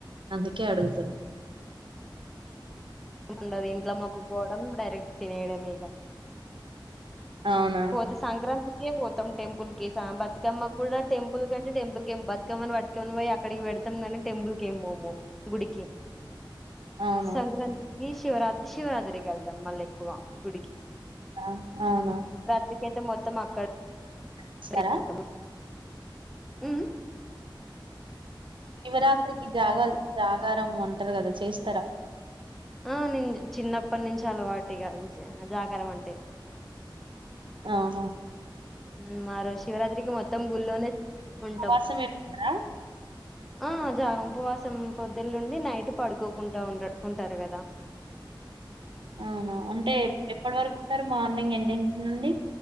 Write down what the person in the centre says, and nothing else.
ఉండదిని ల మొకుపోవడం డైరక్ట్ తినేడ మీేగా
పోతే సంక్రాంతి పోతాం టెంపుల్ కి బతుకమ్మ కూడా టెంపుల్ కంటే టెంపుల్ క ఏ బతుకమ్మని బతుకమ్మని పోయి అక్కడికి పెడతాం కానీ టెంపుల్ క ఏమ పోము గుడికి
సంక్రాంతి శివరా శివరాత్రికి వెళ్తాం మళ్ళీ ఎక్కువ గుడికి
ఎందుకైతే మొత్తం అక్కడ
అప్పుడే ఉంటామా హ్మ్
ఆ నేన్ చిన్నప్పటి నుంచి అలవాటీగా జాగరం అంటే
హ్మ్ ఆ రోజు శివరాత్రికి మొత్తం గుళ్ళోనే ఉంటాం
ఆ జాగ ఉపవాసం పొద్దులు నుండి నైట్ పడుకోకుంట ఉన్ ఉంటారు కద